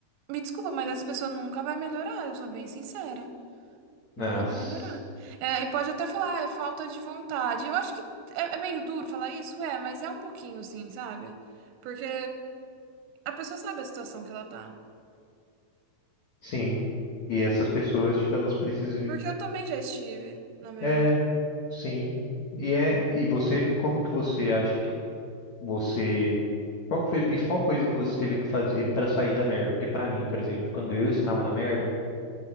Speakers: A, on the right; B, on the left.
A: Me desculpa, mas essa pessoa nunca vai melhorar, eu sou bem sincera.
B: Ah,
A: Nunca
B: s-
A: vai melhorar. É, e pode até falar, "Ah, é falta de vontade. Eu acho que é, é meio duro falar isso, é, mas é um pouquinho sim, sabe? Porque a pessoa sabe a situação que ela tá.
B: sim. E essas pessoas, tipo, elas precisam.
A: Porque eu também já estive na merda.
B: É, sim. E é, e você, como que você acha que você, qual que foi a principal coisa que você teve que fazer pra sair da merda? Porque pra mim, por exemplo, quando eu estava na merda,